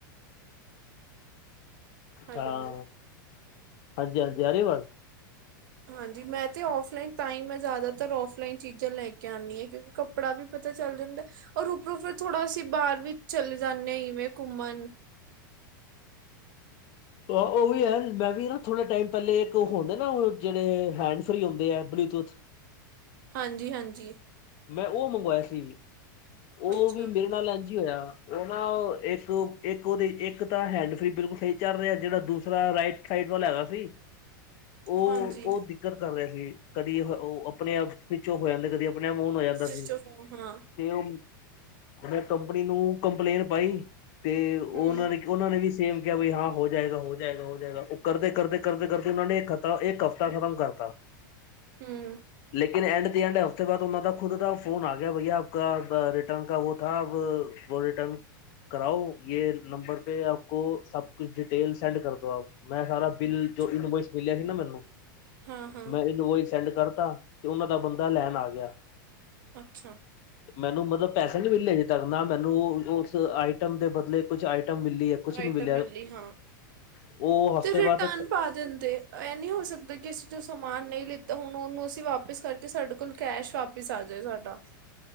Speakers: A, on the right (about 65°); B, on the left (about 45°).
A: ਹੈਲੋ
B: ਹਾਂ, ਹਾਂਜੀ ਹਾਂਜੀ, ਆਰੀ ਵਾਜ?
A: ਹਾਂਜੀ, ਮੈਂ ਤੇ ਔਫਲਾਈਨ ਤਾਂ ਹੀ ਮੈਂ ਜ਼ਿਆਦਾਤਰ ਔਫਲਾਈਨ, ਚੀਜ਼ਾਂ ਲੈ ਕੇ ਆਉਂਦੀ ਹਾਂ। ਕਿਉਂਕਿ ਕੱਪੜਾ ਵੀ ਪਤਾ ਚੱਲ ਜਾਂਦਾ। ਔਰ ਉੱਪਰੋਂ ਫਿਰ ਥੋੜਾ ਅਸੀਂ, ਬਾਹਰ ਵੀ ਚਲੇ ਜਾਂਦੇ ਹਾਂ ਇਵੇਂ ਘੁੰਮਣ।
B: ਆਹ, ਉਹ ਵੀ ਹੈ। ਮੈਂ ਵੀ ਨਾ ਥੋੜ੍ਹੇ ਟਾਈਮ ਪਹਿਲੇ, ਇੱਕ ਉਹ ਹੁੰਦੇ ਨਾ, ਉਹ ਜਿਹੜੇ ਹੈਂਡ ਫਰੀ ਹੁੰਦੇ ਆ ਬਲੂਟੂਥ
A: ਹਾਂਜੀ, ਹਾਂਜੀ।
B: ਮੈਂ ਉਹ ਮੰਗਵਾਇਆ ਸੀ। ਉਹ
A: ਅੱਛਾ
B: ਵੀ, ਮੇਰੇ ਨਾਲ ਇਾਂਝ ਹੀ ਹੋਇਆ। ਉਹ ਨਾ ਇੱਕ, ਇੱਕ ਉਹਦੀ ਇੱਕ ਤਾਂ ਹੈਂਡ ਫਰੀ, ਬਿਲਕੁਲ ਸਹੀ ਚੱਲ ਰਿਹਾ। ਜਿਹੜਾ ਦੂਸਰਾ ਰਾਈਟ ਸਾਈਡ ਵਾਲਾ ਹੈਗਾ ਸੀ। ਉਹ-ਉਹ
A: ਹਾਂਜੀ
B: ਦਿੱਕਰ ਕਰ ਰਹੇ ਸੀ। ਕਦੀ ਉਹ ਆਪਣੇ ਆਪ, ਸਵੀਚ ਔਫ ਹੋ ਜਾਂਦੇ। ਕਦੀ ਆਪਣੇ ਆਪ ਔਨ ਹੋ ਜਾਂਦਾ
A: ਸਵਿਚ
B: ਸੀ।
A: ਆਫ ਹਾਂ
B: ਤੇ ਉਹ ਮੈਂ ਕੰਪਨੀ ਨੂੰ ਕੰਪਲੇਂਟ ਪਾਈ ਤੇ ਉਹਨਾਂ
A: ਹੂੰ
B: ਨੇ ਉਹਨਾਂ ਨੇ ਵੀ ਸੇਮ ਕਿਹਾ, ਵੀ ਹਾਂ ਹੋ ਜਾਏਗਾ, ਹੋ ਜਾਏਗਾ, ਹੋ ਜਾਏਗਾ। ਉਹ ਕਰਦੇ-ਕਰਦੇ-ਕਰਦੇ-ਕਰਦੇ, ਉਹਨਾਂ ਨੇ ਇੱਕ ਹਫ਼ਤਾ ਖਤਮ ਕਰਤਾ।
A: ਹਮ।
B: ਲੇਕਿਨਂ ਐਂਡ ਹਫਤੇ ਬਾਅਦ ਉਹਨਾਂ ਦਾ ਖੁਦ ਦਾ ਫੋਨ ਆ ਗਿਆ, ਭਆ ਆਪ ਰਿਟਰਨ 'ਕ ਵੋ ਥਾ ਰਿਟਰਨ ਕਰਾਓ, ਯ ਨੰਬਰ ਪੇ ਆਪਕ ਸਭ ਕੁਛ ਡਿਟੇਲ ਸੈਂਡ ਕਰਦੋ ਆਪ, ਮੈਂ ਸਾਰਾ ਬਿਲ
A: ਅੱਛਾ
B: ਜੋ ਇਨਵੋਇਸ ਮਿਲਿਆ ਸੀ ਨਾ ਮੈਨੂੰ,
A: ਹਾਂ ਹਾਂ
B: ਮੈਂ ਇਨਵੋਇਸ ਸੈਂਡ ਕਰਤਾ। ਤੇ ਉਹਨਾਂ ਦਾ, ਬੰਦਾ ਲੈਣ ਆ ਗਿਆ।
A: ਅੱਛਾ।
B: ਮੈਨੂੰ ਮਤਲਬ ਪੈਸੇ ਨੀ ਮਿਲਲੇ ਹਜੇ ਤੱਕ, ਨਾ ਮੈਨੂੰ ਉਸ ਆਈਟਮ ਦੇ ਬਦਲੇ, ਕੁਛ ਆਈਟਮ ਮਿਲੀ ਹੈ। ਕੁਛ
A: ਆਈਟਮ
B: ਨਹੀਂ ਮਿਲਿਆ
A: ਮਿਲਲੀ ਹਾਂ,
B: ਉਹ ਹਫ਼ਤੇ
A: ਤੇ ਰਿਟਰਨ
B: ਬਾਅਦ
A: ਪਾ ਦਿੰਦੇ। ਇਹ ਨਹੀਂ ਹੋ ਸਕਦਾ, ਕਿ ਅਸੀਂ ਜੋ ਸਮਾਨ ਨਹੀਂ ਲਿੱਤਾ, ਹੁਣ ਉਹਨੂੰ ਅਸੀਂ ਵਾਪਿਸ ਕਰਕੇ, ਸਾਡੇ ਕੋਲ ਕੈਸ਼ ਵਾਪਸ ਵਾਪਿਸ ਆ ਜਾਏ ਸਾਡਾ।